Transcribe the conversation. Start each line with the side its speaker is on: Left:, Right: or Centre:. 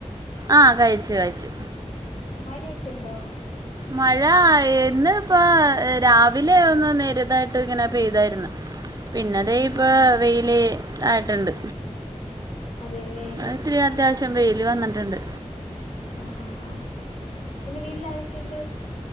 Right: ആഹ കഴിച്ചു കഴിച്ചു
Left: മഴയൊക്കെയുണ്ടോ
Right: മഴ ഇന്ന് ഇപ്പ രാവിലെ ഒന്ന് നേരിതായിട്ട് ഇങ്ങനെ പെയ്തായിരുന്നു പിന്നെ അതെ ഇപ്പൊ
Left: ആ ആ ആ
Right: വെയില് ആയിട്ടുണ്ട്
Left: അതെല്ലേ
Right: അഹ് ഇത്തിരി അത്യാവശ്യം വെയില് വന്നിട്ടുണ്ട്
Left: ആ ആ ആ പിന്നെ വീട്ടിൽ ആരക്കെ ഇണ്ട്